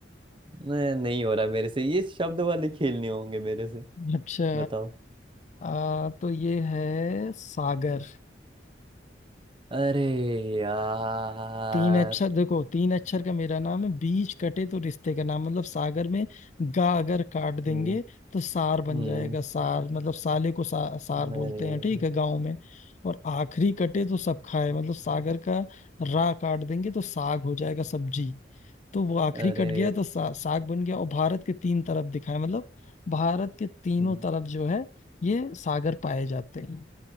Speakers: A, on the right (about 30°); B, on the left (about 40°).
A: नहीं नहीं हो रहा मेरे से ये शब्द वाले खेलने होंगे मेरे से
B: अच्छा
A: बताओ
B: आ, तो ये है सागर
A: अरे यार
B: तीन अक्षर देखो तीन अक्षर का मेरा नाम है बीच कटे तो रिश्ते का नाम मतलब सागर में गा अगर काट देंगे
A: हम्म
B: तो सार बन
A: हम्म,
B: जाएगा सार मतलब साले को सा, सार
A: अरे
B: बोलते हैं ठीक है गांव में और आखिरी कटे तो सब खाए मतलब सागर का रा काट देंगे तो साग हो जाएगा सब्जी तो
A: <laughs>
B: वो आखिरी
A: अरे
B: कट गया तो सा, साग बन गया और भारत के तीन तरफ दिखाए मतलब भारत के तीनों
A: हम्म,
B: तरफ जो है ये सागर पाए जाते हैं